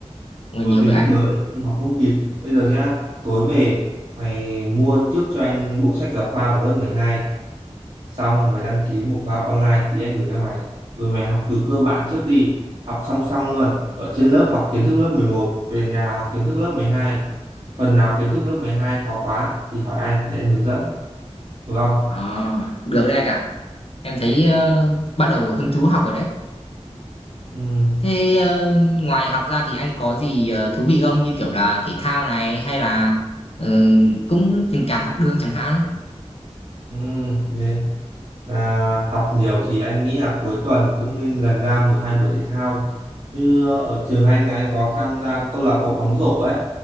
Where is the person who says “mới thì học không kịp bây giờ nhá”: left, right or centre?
Right